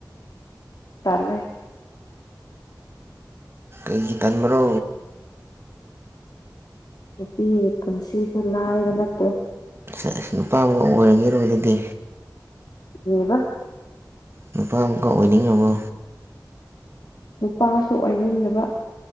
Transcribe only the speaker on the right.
ꯀꯩꯒꯤ ꯇꯟꯕ꯭ꯔꯣ
ꯁꯦꯁ ꯅꯨꯄꯥ ꯑꯃꯨꯛ ꯑꯣꯏꯔꯒꯦꯔꯣ ꯑꯗꯨꯗꯤ
ꯅꯨꯄꯥ ꯑꯃꯨꯛꯀ ꯑꯣꯏꯅꯤꯡꯉꯕꯣ